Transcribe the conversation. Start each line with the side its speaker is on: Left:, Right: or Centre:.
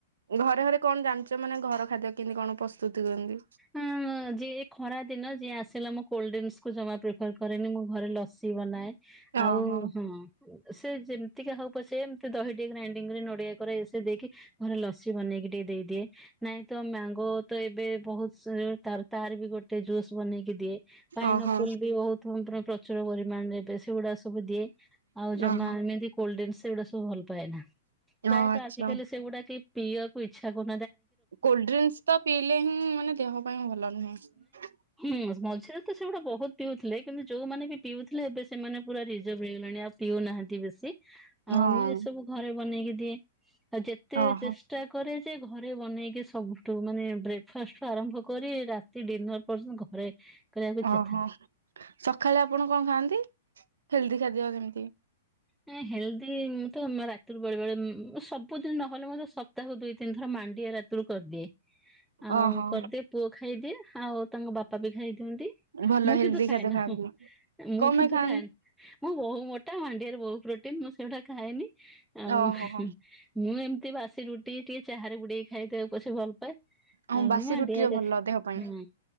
Right: ଘରେ ଘରେ କଣ ଜାଣିଚ। ମାନେ ଘର ଖାଦ୍ୟ କେନ୍ତି କଣ ପ୍ରସ୍ତୁତି କରନ୍ତି?
Centre: ହୁଁ ଯିଏ ଖରା ଦିନ ଯିଏ ଆସ୍ ଆସିଲା ମୁଁ କୋଲ୍ଡଡ୍ରିଙ୍କସ୍ କୁ ଜମା ପ୍ରିଫର କରେନି ମୁଁ ଘରେ ଲସି ବନାଏ। ଆଉ
Right: ଓହୋ
Centre: ହଁ ସେ ଯେମତିକା ହଉ ପଛେ ଏମତି ଦହି ଟିକେ ଗ୍ରାଇଣ୍ଡିଙ୍ଗ କରି ନଡିଆ କୋରା ଏସ ଦେଇକି ଘରେ ଲସି ବନେଇକି ଟିକେ ଦେଇଦିଏ। ନାଇଁ ତ ମ୍ୟାଙ୍ଗୋ ତ ଏବେ ବହୁତ ସେଓ ତାର ତାର ବି ଗୋଟେ ଜୁସ୍ ବନେଇକି ଦିଏ। ପାଇନଆପୁଲ
Right: ଓହୋ
Centre: ବି ବହୁତ ପୁରା ପ୍ରଚୁର ପରିମା <unintelligible> ସେଗୁଡା ସବୁ ଦିଏ। ଆଉ ଜମା
Right: ଓହୋ
Centre: ଏମିତି କୋଲ୍ଡଡ୍ରିଙ୍କସ ସେଗୁଡା ସବୁ ଭଲ ପାଏନା।
Right: ହଁ
Centre: ପ୍ରାୟତଃ
Right: ଆଚ୍ଛା
Centre: ଆଜିକାଲି ସେଗୁଡା କେଇ ପିଇବାକୁ ଇଛା କରୁ
Right: କୋଲ୍ଡଡ୍ରିଙ୍କସ ତ ପିଇଲେ ହିଁ ମାନେ ଦେହ ପାଇଁ ଭଲ ନୁହେଁ।
Centre: ଉଁ ମଝିରେ ତ ସେଗୁଡା ବହୁତ ପିଉଥିଲେ। କିନ୍ତୁ ଯୋଉମାନେ ବି ପିଉଥିଲେ ଏବେ ସେମାନେ ପୁରା ରିଜର୍ଭ ହେଇଗଲେଣି ଆଉ ପିଉନାହାଁନ୍ତି ବେଶି।
Right: ହଁ
Centre: ଆଉ ମୁଁ ଏସ ସବୁ ଘରେ ବନେଇକି ଦିଏ। ଆଉ ଯେତେ
Right: ଓହୋ
Centre: ଚେଷ୍ଟା କରେ ଯେ ଘରେ ବନେଇକି ସବୁଠୁ ମାନେ ବ୍ରେକ୍ଫାଷ୍ଟୁ ଆରମ୍ଭ କରି ରାତି ଡିନର ପର୍ଯ୍ୟନ୍ତ ଘରେ କରିବାକୁ ଚେଷ୍ଟା।
Right: ଓହୋ ସକାଳେ ଆପଣ କଣ ଖାଆନ୍ତି ହେଲ୍ଦି ଖାଦ୍ୟ ଯେମିତି?
Centre: ନାଇଁ ହେଲ୍ଦି ମୁଁ ତ ରାତିରୁ ବେଳେ ବେଳେ ଉଁ ସବ୍ ବୁ ଦିନ ନହେଲେ ମଧ୍ୟ ସପ୍ତାହକୁ ଦୁଇ ତିିନି ଥର ମାଣ୍ଡିଆ ରାତିରୁ କରିଦିଏ। ଆଉ
Right: ଓହୋ
Centre: କରିଦିଏ ପୁଅ ଖାଇଦିଏ। ଆଉ ତାଙ୍କ ବାପା ବି ଖାଇଦିଅନ୍ତି।
Right: ଭଲ
Centre: ମୁଁ
Right: ହେଲ୍ଦି
Centre: କିନ୍ତୁ ଖାଏନା
Right: ଖାଦ୍ୟ ଖାଆନ୍ତି
Centre: ହୁଁ ମୁଁ
Right: କଣ
Centre: କିନ୍ତୁ
Right: ପାଇଁ ଖାଆନ୍ତି
Centre: ଖାଏନା। ମୁଁ ବହୁ ମୋଟା ମାଣ୍ଡିଆରେ ବହୁ ପ୍ରୋଟିନ ମୁଁ ସେଗୁଡା ଖାଏନି। ଆଉ
Right: ଓହୋ
Centre: ହୁଁ
Right: ହଁ।
Centre: ମୁଁ ଏମ ତି ବାସି ରୁଟି ଟିକେ ଚାହାରେ ବୁଡେଇକି ଖାଏ ତାକୁ ପଛେ ଭଲପାଏ।
Right: ହଁ
Centre: ଆଉ
Right: ବାସି
Centre: ମାଣ୍ଡିଆ
Right: ରୁଟିରେ
Centre: କେ
Right: ଭଲ ଦେହ ପାଇଁ
Centre: ହୁଁ